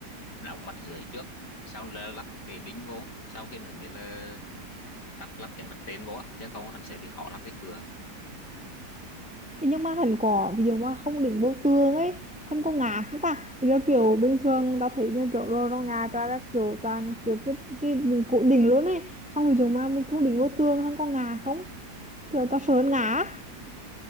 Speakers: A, on the left; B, in the centre.
A: đóng mặt dưới trước sau là lắp cái đinh vô sau khi nữa mới là lắp lắp cái mặt trên vô á chứ không hắn sẽ bị khó lắp cái cửa
B: Thế nhưng mà hắn có ví dụ mà không đựng vô tường ấy hắn có ngạt không ta thì nó kiểu bình thường tao thấy như kiểu đồ trong nhà toàn là kiểu toàn kiểu cái cái mình cố định luôn ấy xong ví dụ mà mình không đựng vô tường hắn có ngạt không kiểu tao sợ hắn ngạt